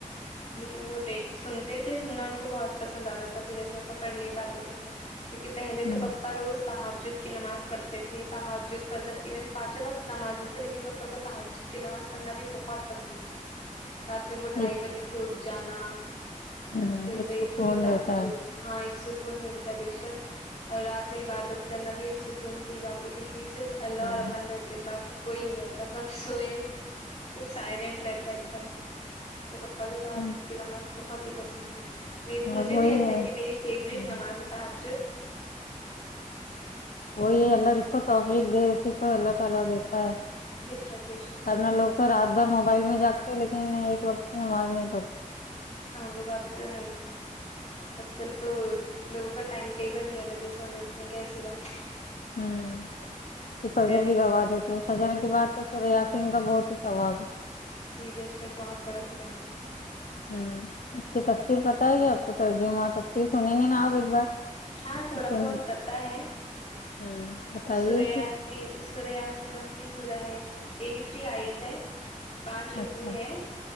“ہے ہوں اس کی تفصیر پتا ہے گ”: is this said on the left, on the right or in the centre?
Left